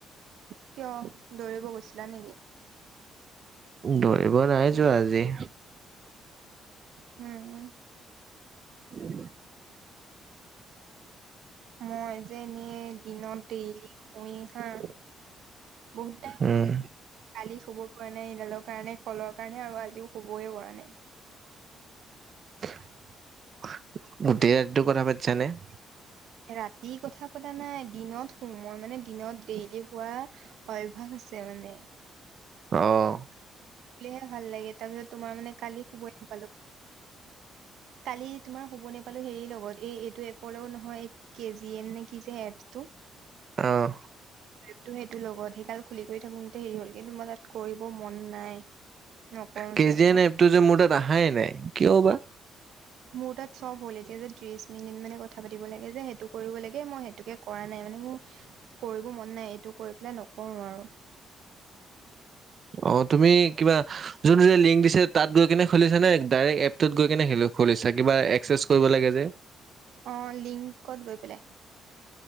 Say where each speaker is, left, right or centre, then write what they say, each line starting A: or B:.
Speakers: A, on the right; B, on the right.
A: কিয়, দৌৰিব গৈছিলা নেকি?
B: দৌৰিব নাই যোৱা আজি।
A: হুউম হুম'
B: <inaudible>
A: মই যে এনে‌য়ে দিনত ডেইলি শুই হাঁ। বহুত টাইম
B: উম
A: হল। কালি শুব পৰা নাই এইডালৰ কাৰণে কলৰ কাৰণে আৰু আজিও শুবই পৰা নাই।
B: গোটেই ৰাতিটো কথা পাতিছানে?
A: ৰাতি কথা পতা নাই, দিনত শোওঁ মই মানে দিনত ডেইলি শুৱা- অভ্যাস আছে মানে-
B: অ'
A: শুলে হে ভাল লাগে তাৰ পিছত তোমাৰ মানে কালি শুবই নাপালো। কালি তোমাৰ শুব নাপালো হেৰিৰ লগত এই এইটো এপৰ লগত নহয়- কে জি এম নে কিজে এপছ টো।
B: অঁ'
A: টো সেইটো লগত সেই গাল খুলি কৰি থাকোতে হেৰি হল, কিন্তু মই তাত কৰিব মন নাই। নকৰো
B: কেজিয়েন
A: চাগে।
B: এপ টো যে মোৰ তাত অহাই নাই কিয় বা?
A: মোৰ তাত চব হ'ল, এতিয়া যে ত্ৰিশ মিনিট মানে কথা পাতিব লাগে যে সেইটো কৰিব লাগে মই সেইটোকে কৰা নাই মানে মোৰ- কৰিব মন নাই, এইটো কৰি পেলাই নকৰো আৰু।
B: অঁ' তুমি কিবা- যোনটো যে লিংক দিছে তাত গৈ কেনে খুলিছা নে ডাইৰেক্ট এপটোত গৈ কেনে খুলিছা কিবা- চেজ কৰিব লাগে যে।
A: অঁ লিংকত গৈ পেলাই।